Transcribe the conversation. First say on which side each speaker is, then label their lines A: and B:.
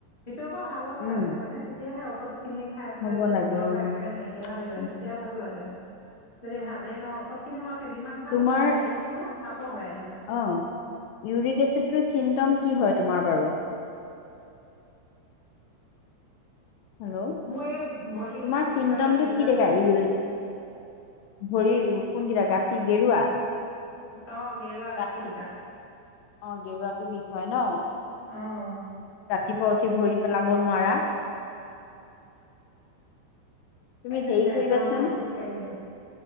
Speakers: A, on the left (about 15°); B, on the left (about 80°).
A: ভিতৰৰ পৰা ভাল হ'ব
B: উম
A: লাগে হয় নে। তেতিয়া সেই ঔষধ খিনি খাই পেলাই
B: হ'ব
A: যদি
B: লাগে
A: ভিতৰৰ
B: অ
A: পৰা একেবাৰে নাইকিয়া হৈ
B: উ
A: যায়, তেতিয়া ভাল লাগে আৰু। যদি ভালেই নহয় ঔষধ খিনি মই কেইদিনমান খালোঁ
B: তোমাৰ
A: তাৰপৰা এৰি দিলো আকৌ হৈ আহিলে।
B: অ', ইউৰিক এচিডটো চিমটম কি হয় তোমাৰ বাৰু? হেল্ল'
A: মোৰ এই ভৰিকেইটা
B: তোমাৰ
A: বিষ
B: চিমটমটো
A: হয় গাঁঠিকেইটা
B: কি দেখাই
A: যে
B: ইউৰিক এচিডত? ভৰি কোনকেইটা গাঁঠি গেৰুৱা?
A: অ', গেৰুৱা
B: গাঁঠি
A: গাঠিকেইটা।
B: অ', গেৰুৱাটো বিষ হয় ন
A: অঁ
B: ৰাতিপুৱা উঠি ভৰি পেলাব নোৱাৰা। তুমি
A: লিখাই
B: হেৰি কৰিবাচোন।
A: অঁ খোজকাঢ়িলে